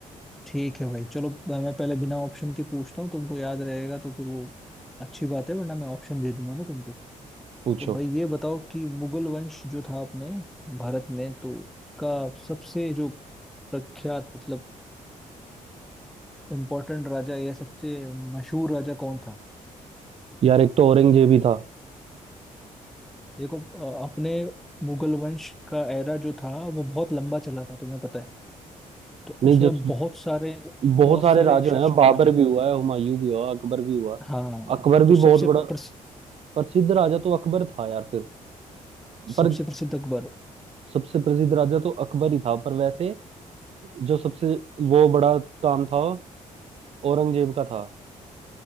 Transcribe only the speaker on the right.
पूछो
यार एक तो औरंगजेब ही था
नहीं
जो
बहुत सारे
राजा
हैं बाबर
भी हुआ है हुमायूं भी हुआ अकबर भी हुआ
अकबर
भी
बहुत बड़ा
प्रसिद्ध राजा तो अकबर था यार फिर पर
सबसे प्रसिद्ध राजा तो अकबर ही था पर वैसे जो सबसे वो बड़ा काम था औरंगजेब का था